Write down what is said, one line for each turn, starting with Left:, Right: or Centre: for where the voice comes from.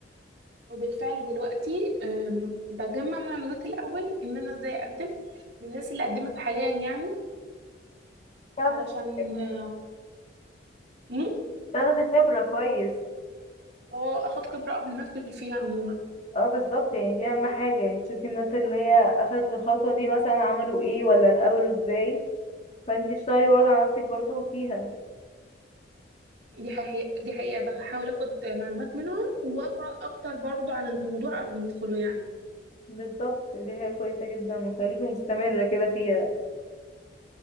Right: وبالفعل دلوقتي آم، بجمع معلومات الاول ان انا ازاي اقدم من الناس اللي قدمت حاليا يعني
Left: تاخدي
Right: علشان
Left: خبرة.
Right: آه، مم،
Left: تاخدي خبره كويس
Right: اه اخد خبره قبل ما ادخل فيها عموما
Left: اه بالظبط يعني دي اهم حاجه يعني تشوفي الناس اللي هي اخدت الخطوه دي مثلا عملوا ايه ولا اتقابلوا ازاي فانتي تشتغلي برضه على نفسك برضه فيها
Right: دي حقيقه دي حقيقه بحاول اخد معلومات منهم واقرا اكتر برضو عن الموضوع قبل ما ادخله يعني
Left: بالظبط دي حاجة كويسة جدا وخليكي مستمرة كده فيها